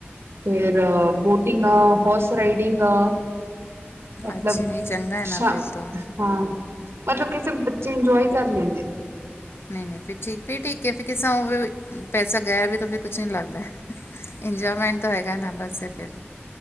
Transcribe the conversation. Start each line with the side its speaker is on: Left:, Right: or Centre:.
Right: ਫੇਰ ਬੋ ਰਿੰਗ ਹਾ, ਹੋਰਸ ਰਾਇਡਿਂਗ ਹਾ ਮਤਲਬ
Left: ਅੱਛੀ ਨਹੀਂ ਚੰਗਾ ਹੈ
Right: ਸ਼ਾਮ
Left: ਨਾ ਫਿਰ ਤਾਂ
Right: ਹਾਂ, ਮਤਲਬ ਕੇ ਸਬ ਬੱਚੇ ਇੰਜੋਏ ਕਰ ਲੈਂਦੇ।
Left: ਨਹੀਂ-ਨਹੀਂ, ਫਿਰ ਠੀਕ, ਫਿਰ ਠੀਕ ਏ ਫਿਰ ਕਿਸਾ ਔਈ ਪੈਸਾ ਗਯਾ ਵੀ ਤੋ ਫੇਰ ਕੁਛ ਨੀ ਲੱਗਦਾ। ਇੰਜੋਏਮੈਂਟ ਤਾ ਹੈਗਾ ਨਾ ਬੱਸ ਤੋ ਫੇਰ